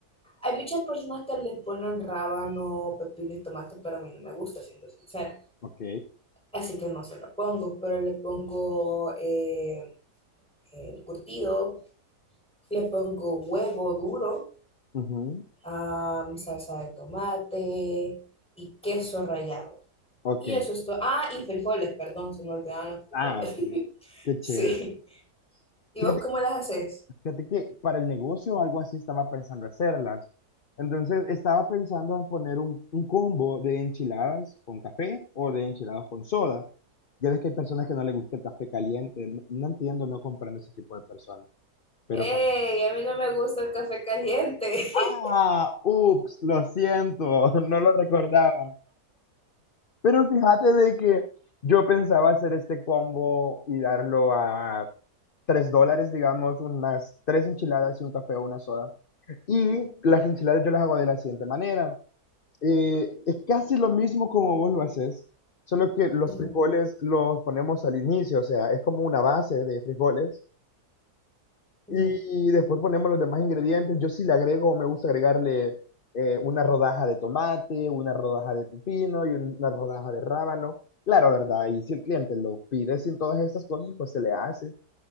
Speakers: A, in the centre; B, on the left.
A: Hay muchas personas que les ponen rábano, pepino y tomate, pero a mí no me gusta, siendo sincera.
B: Ok,
A: Así que no se lo pongo, pero le pongo eh, el curtido, le pongo huevo duro,
B: ujú,
A: ah, salsa de tomate y queso rallado.
B: ok.
A: Y eso es todo. Ah, y frijoles, perdón, se me olvidaban los frijoles.
B: Ah,
A: <laughs>
B: ok, qué
A: Sí.
B: chévere.
A: ¿Y
B: Fíjate,
A: vos cómo las haces?
B: fíjate que para el negocio algo así estaba pensando hacerlas. Entonces estaba pensando en poner un, un combo de enchiladas con café o de enchiladas con soda. Ya ves que hay personas que no les gusta el café caliente. No, no entiendo, no comprendo ese tipo de personas. Pero
A: ¡Ey!
B: para...
A: A mí no me gusta el café caliente. <laughs>
B: Ah, ups, lo siento, <laughs> no lo recordaba. Pero fíjate de que yo pensaba hacer este combo y darlo a tres dólares, digamos, unas tres enchiladas y un café o una soda. Y las enchiladas yo las hago de la siguiente manera. Eh, es casi lo mismo como vos lo haces, solo que los
A: Ujú,
B: frijoles los ponemos al inicio, o sea, es como una base de frijoles
A: ujú,
B: y después ponemos los demás ingredientes. Yo sí le agrego, me gusta agregarle eh, una rodaja de tomate, una rodaja de pepino y una rodaja de rábano. Claro, ¿verdad? Y si el cliente lo pide sin todas estas cosas, pues se le hace.